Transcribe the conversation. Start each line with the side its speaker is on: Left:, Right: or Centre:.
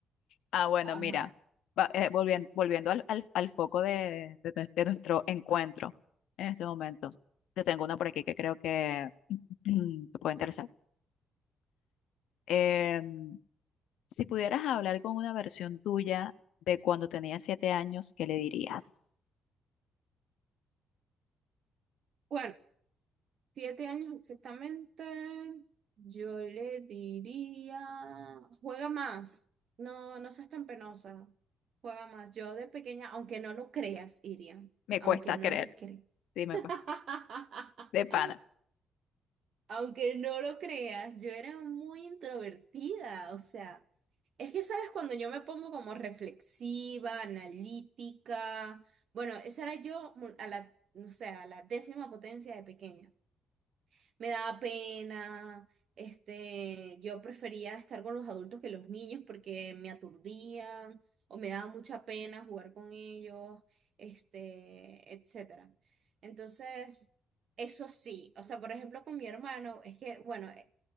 Left: Ah, bueno,
Right: ajá.
Left: mira, va- eh, volviendo, volviendo al, al, al foco de, de nue- de nuestro encuentro en este momento. Te tengo una por aquí que creo que <clears throat> te puede interesar. Em, si pudieras hablar con una versión tuya de cuando tenías siete años, ¿qué le dirías?
Right: Bueno, siete años exactamente, yo le diría, juega más, no, no seas tan penosa, juega más. Yo de pequeña, aunque no lo creas, Irian,
Left: Me
Right: aunque
Left: cuesta
Right: no
Left: creer,
Right: me creas.
Left: sí,
Right: <laughs>
Left: me cuesta. De pana,
Right: Aunque no lo creas, yo era muy introvertida, o sea, es que sabes cuando yo me pongo como reflexiva, analítica, bueno, esa era yo mu- a la, no sé, a la décima potencia de pequeña me daba pena, este, yo prefería estar con los adultos que los niños porque me aturdían o me daba mucha pena jugar con ellos, este, etcétera. Entonces, eso sí, o sea, por ejemplo, con mi hermano, es que, bueno, eh,